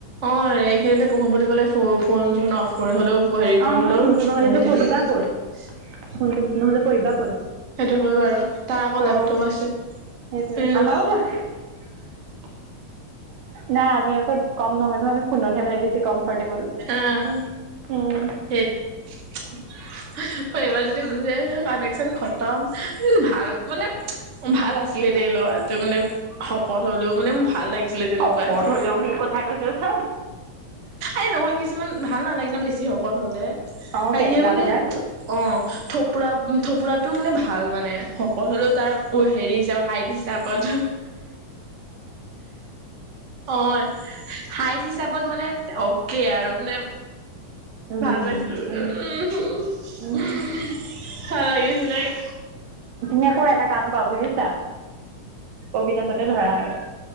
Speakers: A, on the right; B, on the right.
A: অ'সেই পঢ়ো বুলি কলে ফোন চোন অফ কৰি হলেও হেৰি কৰিহলেও
B: আমাৰ ফোনটো নহলেতো
A: পঢ়ি থাকে
B: পঢ়িবা
A: সেইটো
B: ক'ত ফোনটো নহলে পঢ়িবা ক'ত
A: হয় বাৰু তাৰ আকৌ
B: অ
A: লেপটপ আছে
B: সেইটোৱে
A: অ
B: আমাৰওতো আ নাই আমি আকৌ কম নহয় নহয় আমি ফোনতহে মানে বেছি কমফৰ্টেবল
A: আহ
B: উম
A: সেই <unintelligible> হু এইবাৰ যদি গুচি আছো কানেকচন খতম ভাল মানে ভাল আছিলে দেই ল'ৰাটো মানে শকত হলেও মানে মোৰ ভাল লাগিছিল ছিলে তেনেকুৱাটো
B: শকত হলেও কি কথা কৈছো চা
A: এই নহয় কিছুমান ভাল নালাগে ন বেছি শকত হলে
B: অ
A: আৰু
B: পেটলা
A: ইয়ে মানে
B: বিলাক
A: অ <unintelligible> থপোৰা থপোৰাটো মানে ভাল মানে সকটহলো <unintelligible> তাৰ হেৰি হিচাপ হাইট হিচাপত অ <unintelligible> হাইত হিচাপত মানে অকে আৰু মানে
B: উম
A: ভাল পাইছিলো
B: উম
A: ও হু <unintelligible>
B: উম
A: ভাল লাগিছিল ব্ৰেক
B: তুমি আকৌ এটা কাম কৰা বুজিছা অবিনাশতে ধৰা আৰু